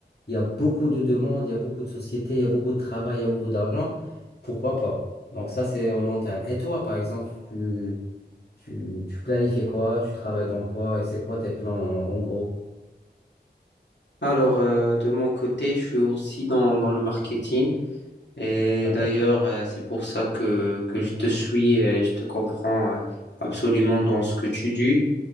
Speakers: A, on the left (about 65°); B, on the left (about 80°).
A: il y a beaucoup de demandes, il y a beaucoup de sociétés, il y a beaucoup de travail, il y a beaucoup d'argent. Pourquoi pas? Donc ça, c'est au long terme. Et toi, par exemple, tu, tu, tu planifies quoi? Tu travailles dans quoi? Et c'est quoi tes plans en, en gros?
B: Alors, euh, de mon côté, je suis aussi dans, dans le marketing. Et
A: Ouais.
B: d'ailleurs, euh, c'est pour ça que, que je te suis et je te comprends euh, absolument dans ce que tu dis.